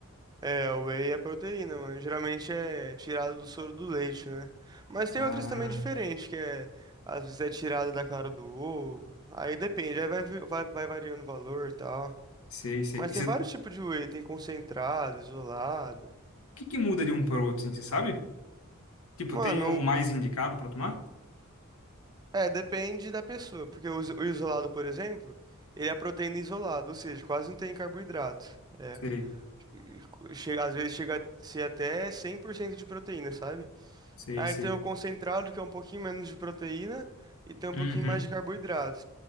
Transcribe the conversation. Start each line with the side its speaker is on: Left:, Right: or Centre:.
Right: é, o whey é proteína, mano. Geralmente é tirado do soro do leite, né? Mas tem
Left: Ah,
Right: outras também diferentes, que é, às vezes é tirada da clara do ovo. Aí depende, aí vai, vi- vai, vai variando o valor e tal.
Left: sei, sei.
Right: Mas tem vários tipos de whey, tem concentrado, isolado.
Left: que que muda de um para o outro, assim, você sabe? Tipo,
Right: Mano,
Left: tem o mais indicado para tomar?
Right: é, depende da pessoa, porque o iso- o isolado, por exemplo, ele é proteína isolada, ou seja, quase não tem carboidrato. É.
Left: Sei,
Right: E co- Chega, às vezes chega a ser até 100% de proteína, sabe?
Left: sei,
Right: Aí
Left: sei.
Right: tem o concentrado, que é um pouquinho menos de proteína, e tem um
Left: Uhum.
Right: pouquinho mais de carboidrato.